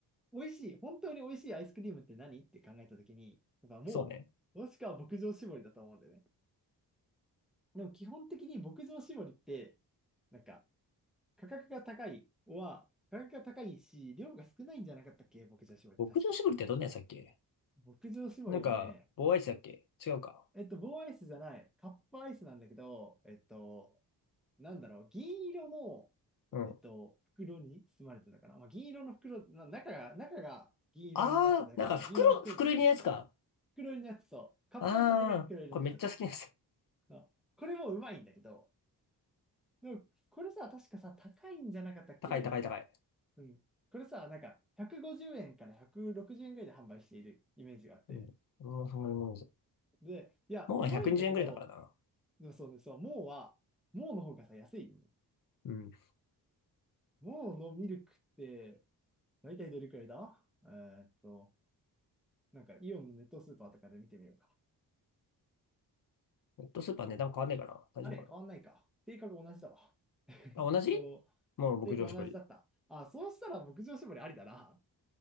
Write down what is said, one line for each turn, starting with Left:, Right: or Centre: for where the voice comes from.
Centre: 美味しい、本当に美味しいアイスクリームって何って考えたときに、やっぱもう、
Left: そうね。
Centre: もしくは牧場絞りだと思うんだよね。でも基本的に牧場絞りって、なんか、価格が高いは、価格が高いし、量が少ないんじゃなかったっけ牧場絞り、
Left: 牧場絞りってどんなやつだっけ
Centre: 確か。牧場絞りはね、
Left: なんか、棒アイスだっけ違うか。
Centre: えっと、棒アイスじゃない。カップアイスなんだけど、えっと、なんだろう、銀色の、
Left: うん。
Centre: えっと、袋に包まれてたかな。まあ、銀色の袋、な中が、中が銀色になってるだけで、
Left: ああ、なんか袋、
Centre: 銀色の袋ではないんだけど、
Left: 袋入りのやつか。
Centre: 袋入りのやつ、そう。カップアイスなんだけど、
Left: あ
Centre: 袋入りのやつ。
Left: あ、これめっちゃ好きなやつ。<laughs>
Centre: のこれもうまいんだけど、でも、これさ、確かさ、高いんじゃなかったっけ
Left: 高い高い高い。
Centre: うん。これさ、なんか、150円から160円ぐらいで販売しているイメージがあって。
Left: うん。俺もうそんなもんです。
Centre: で、いや、
Left: もう120円ぐらいだからな。
Centre: うまいんだけど、でもそうです。そう、もうは、もうの方がさ、安いよね。
Left: うん。
Centre: もうのミルクって、大体どれくらいだえーっと、なんかイオンのネットスーパーとかで見てみようか。
Left: ネットスーパー値段変わんねえかな。大丈夫か
Centre: あれ、変わんないか。定価が同じだわ。<laughs> えっと、
Left: な。あ、同じもう牧場絞り。
Centre: 定価同じだった。あ、そうしたら牧場絞りありだな。